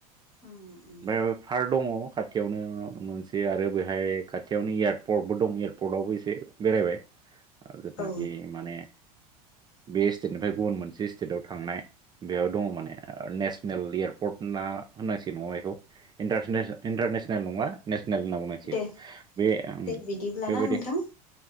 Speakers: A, on the left; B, on the right.
A: उम उम
B: फाय माबा पार्क दङ'। खाथियावनो मोनसे आरो बेहाय खाथियावनो एयारपर्टबो दं एयारपर्टआवबो एसे बेरायबाय जेथनाखि
A: औ
B: माने
A: <inaudible>
B: बे स्टेटनिफ्राय गुबुन मोनसे स्टेटआव थांनाय बेयाव दङ' माने नेसनेल एयारपर्ट ना नां ना बे इतारस-इनतारनेसनेल नङा ने नेल होनना बुंनांसिगोन
A: दे
B: बे
A: दे बिदिब्लाना
B: बेबायदि
A: नोंथां